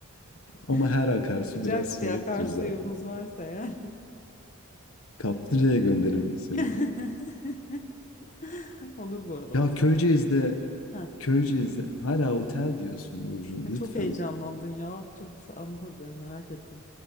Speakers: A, on the left; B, on the left.
A: <laughs>
B: Ama her akarsu
A: Sıcak
B: biraz soğuktur
A: bir akarsuyumuz
B: zaten.
A: varsa eğer.
B: Kaplıca'ya gönderirim seni.
A: <laughs> Olur bu arada
B: Ya
A: otel.
B: Köyceğiz'de
A: Ha
B: Köyceğiz'de hala otel diyorsun Burcu. Lütfen.
A: Çok heyecanlandın ya. Çok anladı merak ettim.